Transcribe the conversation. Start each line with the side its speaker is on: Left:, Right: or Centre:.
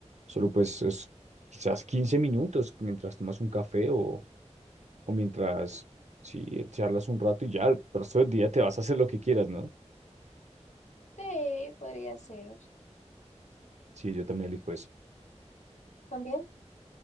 Right: solo pues es quizás 15 minutos mientras tomas un café o, o mientras,
Left: Mm,
Right: sí, charlas un rato y ya el resto del día te vas a hacer lo que quieras, ¿no?
Left: Sí, podría ser.
Right: Sí, yo también elijo eso.
Left: ¿También?